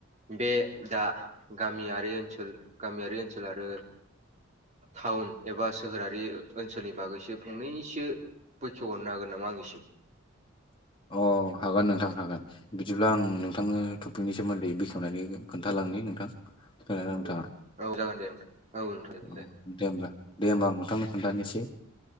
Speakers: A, on the right; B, on the left.
A: बे दा गामियारि ओनसोल गामियारि ओनसोल आरो टाउन एबा सोहोरारि ओनसोलनि बागैसो फंनैैसो बैखेव हरनो हागोन नामा आंनिसिम।
B: अ हागोन नोंथां हागोन बिदिब्ला आं नोंथांनो टपिकनि सोमोन्दै बेखेवनानै खोन्थालांनि नोंथां फैनानै नोंथाङा
A: औ जागोनदे नोंथां औे
B: अ दे होमबा दे होमबा आं नोंथांनो खोन्थानोसै